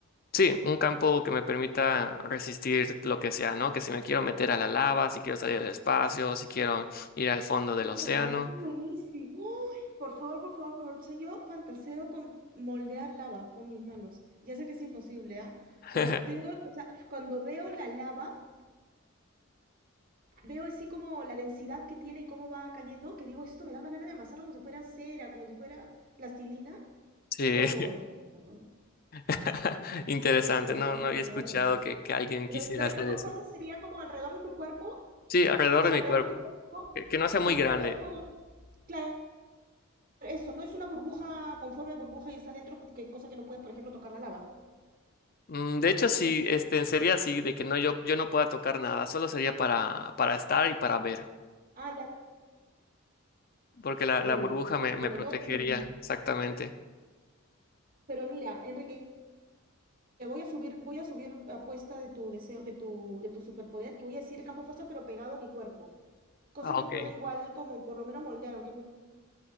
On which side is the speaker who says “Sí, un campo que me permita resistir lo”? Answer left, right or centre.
Left